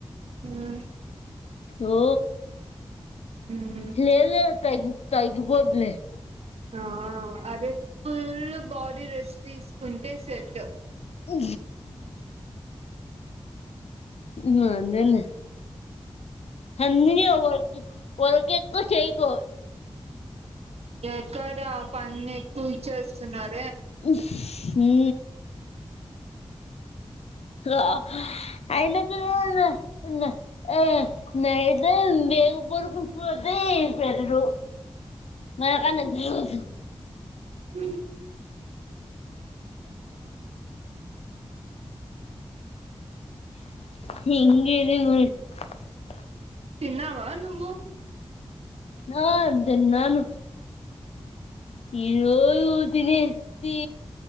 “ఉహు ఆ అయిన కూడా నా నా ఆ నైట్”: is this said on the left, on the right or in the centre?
Left